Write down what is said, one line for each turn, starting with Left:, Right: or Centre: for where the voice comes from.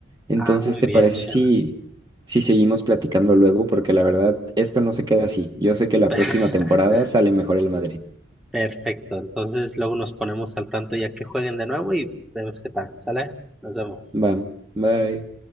Right: Entonces,
Centre: Ah, muy
Right: ¿te
Centre: bien,
Right: parece
Centre: Luciano.
Right: si, si seguimos platicando luego? Porque la verdad, esto no se queda así. Yo sé que la
Centre: <laughs>
Right: próxima temporada sale mejor el Madrid.
Centre: Perfecto, entonces luego nos ponemos al tanto ya que jueguen de nuevo y vemos qué tal, ¿sale? Nos vemos.
Right: Va, bye.